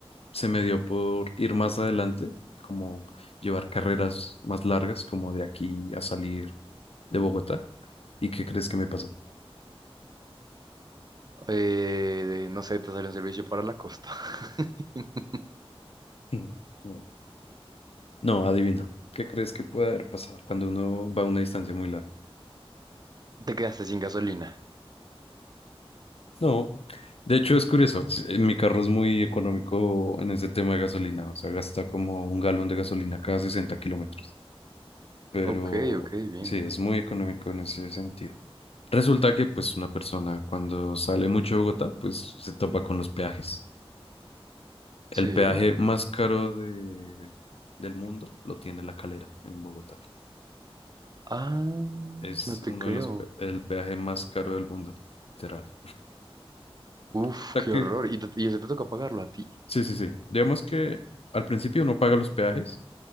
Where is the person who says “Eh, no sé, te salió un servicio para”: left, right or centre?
Right